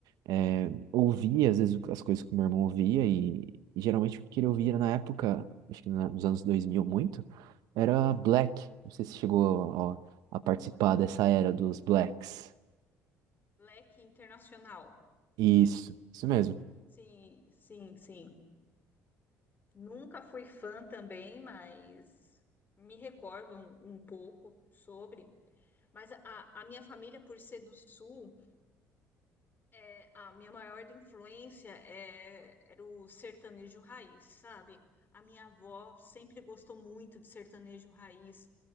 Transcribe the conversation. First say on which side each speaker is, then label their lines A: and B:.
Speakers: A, on the right (about 75°); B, on the left (about 30°).
A: eh, ouvia, às vezes, as coisas que o meu irmão ouvia e, e geralmente o que ele ouvia na época, acho que na- nos anos 2000 muito, era Black. Não sei se chegou a a participar dessa era dos Blacks.
B: Black Internacional.
A: Isso, isso mesmo.
B: Sim, sim, sim. Nunca fui fã também, mas me recordo um, um pouco sobre. Mas a, a minha família, por ser do Sul, é, a minha maior influência é, era o sertanejo raiz, sabe? A minha avó sempre gostou muito de sertanejo raiz,